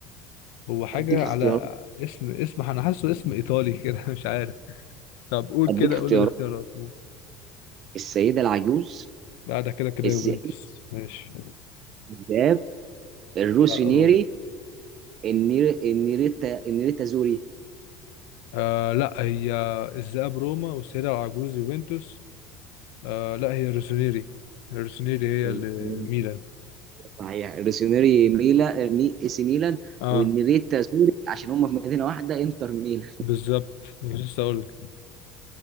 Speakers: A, on the left; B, on the right.
A: هو حاجه
B: اديك اختيارات
A: على اسم اسم انا حاسه اسم ايطالي كده <laughs> مش عارف طب قول
B: اديك
A: كده
B: اختيارات
A: قول لي الاختيارات قول.
B: السيدة العجوز
A: لا ده كده كده
B: الذئاب
A: يوفنتوس ماشي
B: الذئاب الروسينيري
A: لا روما
B: النير... النيريتا النيريتا زوري
A: آه لا هي الذئاب روما والسيدة العجوز يوفنتوس آه لا هي روسونيري روسونيري هي
B: الروسينيري
A: اللي ميلان
B: صحيح الروسينيري ميلا مي... اي سي ميلان
A: اه
B: والنيريتا زوري عشان هم في مدينة واحدة انتر ميلان
A: بالظبط كنت لسه اقول لك.